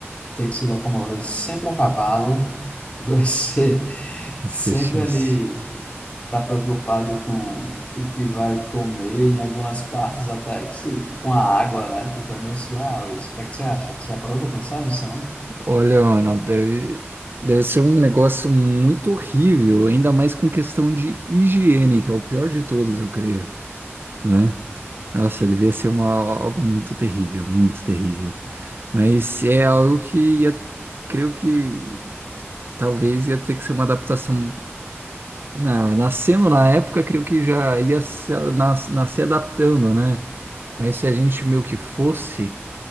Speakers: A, on the left; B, on the right.
A: ter que se locomover sempre a cavalo, você <laughs> sempre
B: fetiche.
A: ali. está preocupado com o que vai comer, em algumas partes até que se- com a água, né? Tipo, é meio surreal isso. O que é que você acha? Você já parou para pensar nisso também?
B: Olha, Ana, deve, deve ser um negócio muito horrível, ainda mais com questão de higiene, que é o pior de todos, eu creio, né? Nossa, devia ser uma, algo muito terrível, muito terrível. Mas é algo que ia, creio que talvez ia ter que ser uma adaptação. Não, nascendo na época, creio que já ia se, nas, nascer adaptando, né? Mas se a gente meio que fosse,